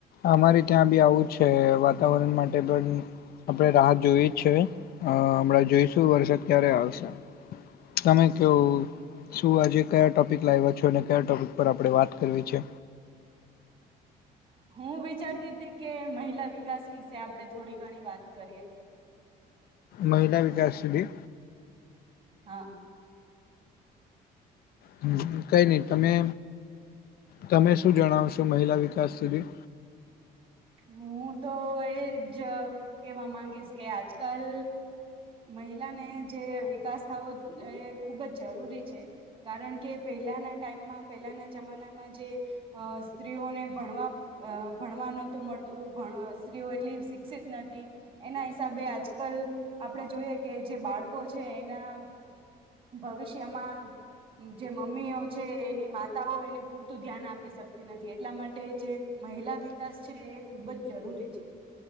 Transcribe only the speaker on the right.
હું વિચારતી તી કે મહિલા વિકાસ વિશે આપડે થોડી ઘણી વાત કરીએ.
હા.
હું તો એ જ કહેવા માંગીશ કે આજકાલ મહિલાને જે વિકાસ થવો એ ખૂબ જ જરૂરી છે કારણ કે પહેલાના ટાઈમમાં પહેલાના જમાનામાં જે સ્ત્રીઓને ભણવા ભણવાનો તું સ્ત્રીઓ એટલી શિક્ષિત નથી એના હિસાબે આજકાલ આપણે જોઈએ કે જે બાળકો છે એના ભવિષ્યમાં જે મમ્મીઓ છે એની માતાઓ એને પૂરતું ધ્યાન આપી શકતી નથી એટલા માટે જે મહિલા વિકાસ છે એ ખૂબ જ જરૂરી છે